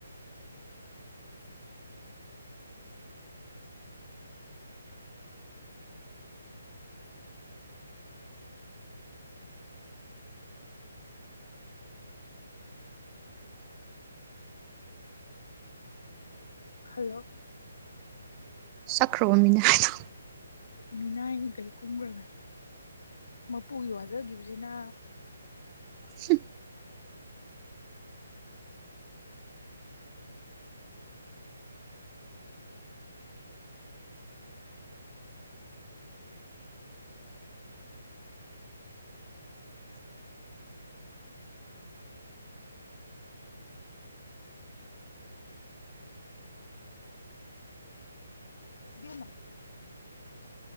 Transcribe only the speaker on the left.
ꯍꯜꯂꯣ
ꯃꯤꯅꯥꯏꯅꯤ ꯀꯩ ꯀꯨꯝꯈ꯭ꯔꯕꯅ ꯃꯄꯨꯒꯤ ꯋꯥꯖꯈꯤꯕꯁꯤꯅ
ꯏꯕꯦꯝꯃ